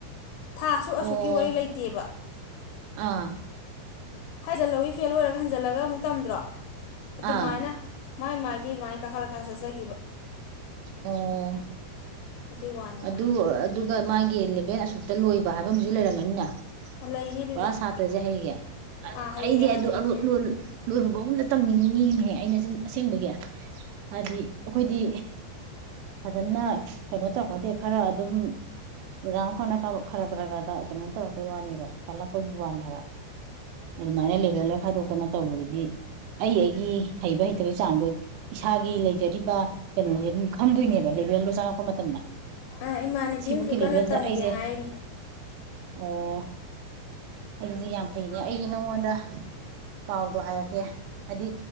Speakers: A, on the left; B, on the right.
A: ꯊꯥ ꯑꯁꯨꯛ
B: ꯑꯣ
A: ꯑꯁꯨꯛꯀꯤ ꯋꯥꯔꯤ ꯂꯩꯇꯦꯕ
B: ꯑꯥ
A: ꯍꯥꯏ ꯆꯂꯣ ꯐꯦꯜ ꯑꯣꯏꯔꯒ ꯍꯟꯖꯤꯜꯂꯒ ꯑꯃꯨꯛ ꯇꯝꯗ꯭ꯔꯣ ꯑꯗꯨꯃꯥꯏꯅ
B: ꯑꯥ
A: ꯃꯥꯥꯏ ꯃꯥꯒꯤ ꯑꯗꯨꯃꯥꯏꯅ ꯀꯥꯈꯥ ꯀꯀꯥ ꯆꯠꯆꯈꯤꯕ
B: ꯑꯣ
A: ꯑꯗꯨꯏ ꯋꯥꯅꯤꯗ
B: ꯑꯗꯨ ꯑꯗꯨ ꯃꯥꯒꯤ ꯂꯦꯚꯦꯟ ꯑꯁꯨꯛꯇ ꯂꯣꯏꯕ ꯍꯥꯏꯕ ꯑꯃꯁꯨ ꯂꯩꯔꯝꯒꯅꯤꯅ
A: ꯂꯩꯅꯤ ꯑꯗꯨꯗꯤ
B: ꯄꯨꯔꯥ ꯁꯥꯇ꯭ꯔꯁꯦ ꯍꯩꯒꯦ
A: ꯑꯥ ꯍꯩꯔꯦ
B: ꯑꯩꯗꯤꯣꯏ
A: ꯍꯥꯏꯕꯗꯣ
B: ꯕꯒꯨꯝꯗ ꯇꯝꯅꯤꯡꯉꯤꯅꯦꯍ ꯑꯩꯅ ꯑꯁꯦꯡꯕꯒꯤ ꯍꯥꯏꯗꯤ ꯑꯩꯈꯣꯏꯗꯤ ꯐꯖꯅ ꯍꯅꯣ ꯇ ꯈꯔ ꯑꯗꯨꯝ ꯑꯣꯖꯥꯈꯣꯠꯅ ꯀꯥ ꯈꯔꯛ ꯈ꯭ꯔꯒꯗ ꯀꯩꯅꯣ ꯇꯧꯔꯛꯄꯩ ꯋꯥꯅꯤꯗ ꯆꯂ ꯑꯩꯣꯏꯒꯤ ꯋꯥꯅꯤ ꯍꯥꯏꯔ ꯑꯗꯨꯃꯥꯏꯅ ꯂꯦꯚꯦꯜꯗ ꯈꯥꯏꯗꯣꯛꯇꯅ ꯇꯧꯕꯗꯨꯗꯤ ꯑꯩ ꯑꯩꯒꯤ ꯍꯩꯕ ꯍꯩꯇꯕꯩ ꯆꯥꯡꯗꯣ ꯏꯁꯥꯒꯤ ꯂꯩꯖꯔꯤꯕ ꯀꯩꯅꯣꯁꯦ ꯑꯗꯨꯝ ꯈꯪꯗꯣꯏꯅꯦꯕ ꯂꯩꯕꯦꯜꯂꯣ ꯆꯪꯉꯛꯄ ꯃꯇꯝꯗ
A: ꯑ ꯏꯃꯥꯟꯅꯕꯤ
B: ꯁꯤꯕꯨꯛꯀꯤ
A: ꯑꯃꯁꯨ
B: ꯂꯦꯚꯦꯜꯗ
A: ꯀꯟꯅ ꯇꯝꯒꯦ
B: ꯑꯩꯁꯦ
A: ꯍꯥꯏꯔꯤ
B: ꯑꯣ ꯑꯗꯨꯗꯤ ꯌꯥꯝ ꯐꯩꯅꯦ ꯑꯩꯁ ꯅꯉꯣꯟꯗ ꯄꯥꯎꯗꯣ ꯍꯥꯏꯔꯛꯀꯦ ꯍꯥꯏꯗꯤ